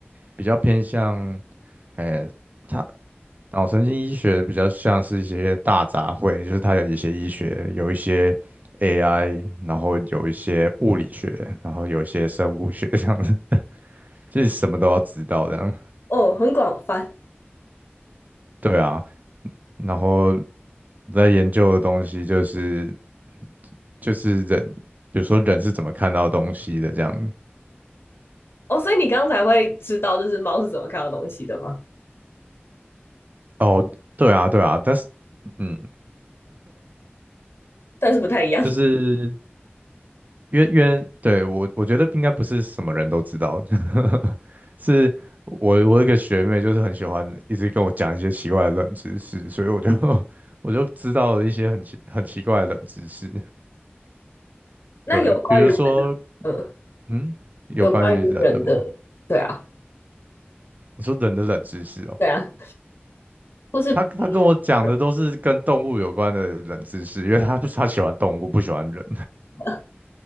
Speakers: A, on the right; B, on the left.
A: 比较偏向，诶，它脑神经医学比较像是一些大杂烩，就是它有一些医学，有一些 AI，然后有一些物理学，然后有一些生物学这样子，就是什么都要知道这样。
B: 哦，很广泛
A: 对啊，然后我在研究的东西就是就是人，比如说人是怎么看到东西的这样。
B: 哦。所以你刚才会知道，这是猫是怎么看到东西的吗？
A: 哦，对啊，对啊，但是嗯，
B: 但是不太一样。
A: 就是因为因为对我我觉得应该不是什么人都知道，<laughs> 是我我有一个学妹就是很喜欢一直跟我讲一些奇怪的冷知识，所以我就 <laughs> 我就知道了一些很奇很奇怪的冷知识。
B: 那有关于人，
A: 对，比如说
B: 嗯，
A: 嗯，有关于人的吗？
B: 有关于人的，对啊，
A: 你说人的冷知识哦。
B: 对啊，或是平常人，
A: 他他跟我讲的都是跟动物有关的冷知识，因为他他喜欢动物，不喜欢人。
B: <laughs>